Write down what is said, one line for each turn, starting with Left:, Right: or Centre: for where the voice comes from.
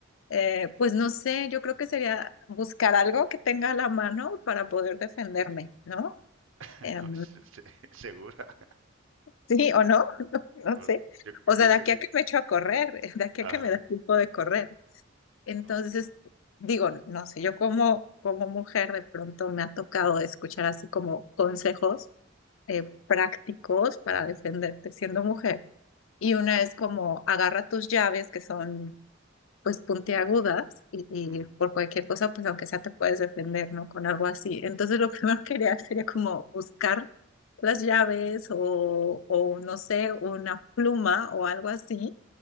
Left: Eh, pues no sé, yo creo que sería buscar algo que tenga a la mano para poder defenderme, ¿no?
Right: <laughs>
Left: Em,
Right: Se- se- Segura. <laughs>
Left: <laughs> sí o no, <laughs> no, no
Right: Pues,
Left: sé.
Right: Yo,
Left: O
Right: yo
Left: sea,
Right: creo
Left: de aquí
Right: que... yo-
Left: a que me echo a correr, <laughs> de aquí a
Right: Ajá,
Left: que me da tiempo de correr. Entonces,
Right: ok.
Left: digo, no sé, yo como, como mujer de pronto me ha tocado escuchar así como consejos eh,
Right: Ujú,
Left: prácticos para defenderte siendo mujer. y una
Right: ujú,
Left: es como agarra tus llaves que son pues puntiagudas y, y
Right: ujú.
Left: por cualquier cosa pues aunque sea te puedes defender, ¿no? Con algo así. Entonces lo <laughs> primero que haría sería como buscar las llaves o, o no sé, una pluma o algo así